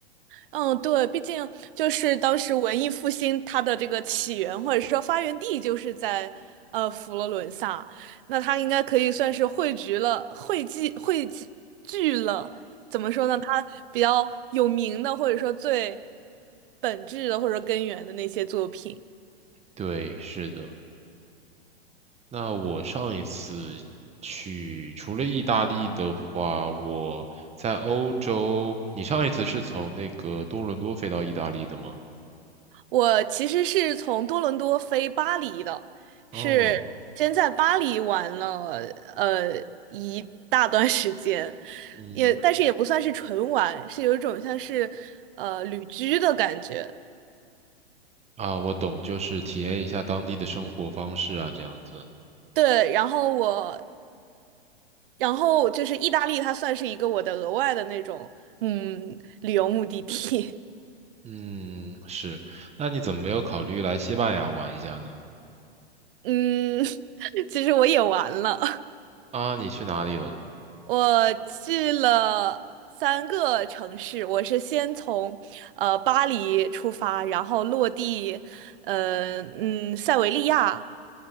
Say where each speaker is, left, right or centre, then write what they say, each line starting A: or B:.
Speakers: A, on the right; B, on the right.
A: 嗯，对，毕竟就是当时文艺复兴它的这个起源或者说发源地就是在呃佛罗伦萨，那它应该可以算是汇聚了、汇集、汇集聚了，怎么说呢？它比较有名的或者说最本质的或者说根源的那些作品。
B: 对，是的。那我上一次去除了意大利的话，我在欧洲。你上一次是从那个多伦多飞到意大利的吗？
A: 我其实是从多伦多飞巴黎的，
B: 嗯
A: 是先在巴黎玩了呃一大段时间，
B: 嗯，
A: 也但是也不算是纯玩，是有一种像是呃旅居的感觉。
B: 啊，我懂，就是体验一下当地的生活方式啊，这样子。
A: 对，然后我，然后就是意大利，它算是一个我的额外的那种嗯旅游目的地。
B: 嗯，是。那你怎么没有考虑来西班牙玩一下呢？
A: <laughs> 嗯，<laughs> 其实我也玩了。
B: 啊，你去哪里了？
A: 我去了三个城市，我是先从呃巴黎出发，然后落地呃嗯塞维利亚，